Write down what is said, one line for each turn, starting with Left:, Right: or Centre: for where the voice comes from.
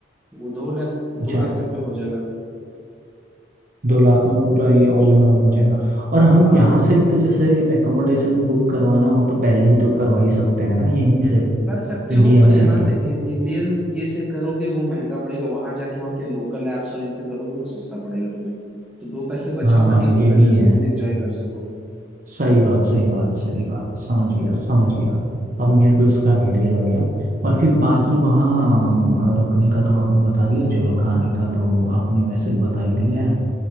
Centre: वो दो लाख
Right: अच्छा
Centre: दो लाख तक में हो जाएगा
Right: दो लाख में पूरा ये ऑल एंड ऑल हो जाएगा और हम
Centre: हाँ
Right: यहाँ से भी तो जैसे एकोमोडेशन बुक करवाना हो तो पहले भी तो करवा ही सकते हैं ना यहीं से
Centre: कर सकते
Right: इंडिया
Centre: हो पर
Right: में
Centre: यहाँ
Right: रह के
Centre: से इन, इंडियन ये से करोगे वो महंगा पड़ेगा वहां जाके वहां के लोकल एप्स और इनसे करोगे वो सस्ता पड़ेगा तुम्हें तो दो पैसे बचाओ
Right: हाँ
Centre: ताकि
Right: ये
Centre: दो पैसे
Right: भी है
Centre: से तुम एंजॉय कर सको
Right: सही बात सही बात सही बात समझ गया समझ गया अब मेरे को इसका आइडिया लग गया और फिर बाकी वहाँ अम, रुकने का तो आपने बता दिया चलो खाने का तो आपने वैसे बता ही दिया है